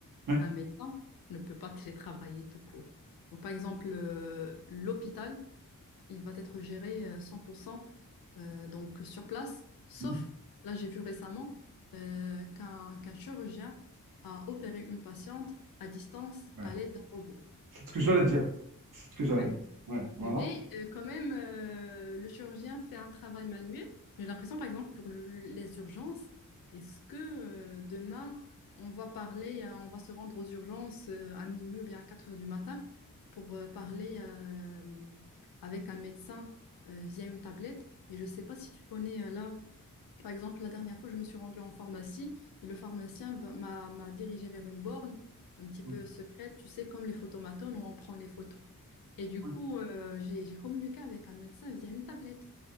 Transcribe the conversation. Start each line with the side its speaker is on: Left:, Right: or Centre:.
Right: Ouais.
Left: Un médecin ne peut pas télétravailler tout court. Donc, par exemple, euh, l'hôpital, il va être géré euh, 100% euh, donc sur place, sauf,
Right: Mhm.
Left: là j'ai vu récemment, euh, qu'un qu'un chirurgien a opéré une patiente à distance
Right: Ouais.
Left: à l'aide d'un robot.
Right: C'est ce que j'allais dire. C'est ce que j'allais
Left: Ouais.
Right: dire. Ouais, voilà.
Left: Mais euh, quand même, euh, le chirurgien fait un travail manuel. Mais j'ai l'impression, par exemple, pour le- les urgences, est-ce que euh, demain, on va parler, euh, on va se rendre aux urgences euh, à minuit ou bien à 4 heures du matin pour euh, parler euh, avec un médecin euh, via une tablette? Et je ne sais pas si tu connais euh, là, par exemple, la dernière fois, je me suis rendue en pharmacie et le pharmacien va- m'a m'a dirigée vers une borne un petit
Right: Mhm.
Left: peu secrète, tu sais, comme les photomatones, où on prend les photos. Et du
Right: Mhm.
Left: coup, euh, j'ai, j'ai communiqué avec un médecin via une tablette.